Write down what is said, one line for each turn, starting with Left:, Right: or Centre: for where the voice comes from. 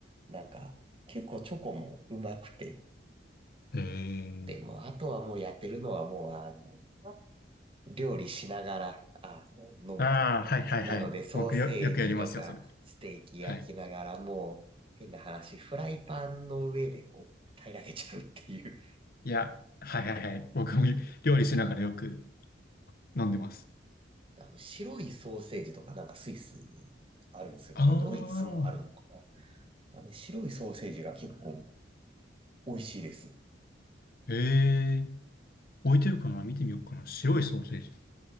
Right: なんか結構チョコもうまくて、
Left: <laughs> えー、
Right: でもあとはもうやってるのはもうあの、料理しながら、あの、飲むと。
Left: ああ、はいはいはい。
Right: なのでソーセージとかステーキ焼きながらもう変な話、
Left: 僕よ、よくやりますよ、それ。はい。
Right: フライパンの上でこう、平らげちゃうっていう。
Left: いや、はいはいはい。僕も料理しながらよく飲んでます。
Right: あの白いソーセージとかなんかスイスあるんですよね。
Left: ああ、
Right: ドイツもあるのかな。あのね白いソーセージが結構美味しいです。
Left: へえ。置いてるかな見てみようかな。白いソーセージ。